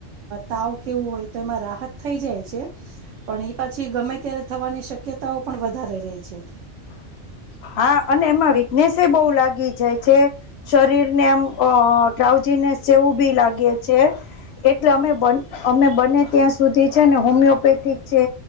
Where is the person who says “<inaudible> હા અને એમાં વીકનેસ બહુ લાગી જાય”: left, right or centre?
Left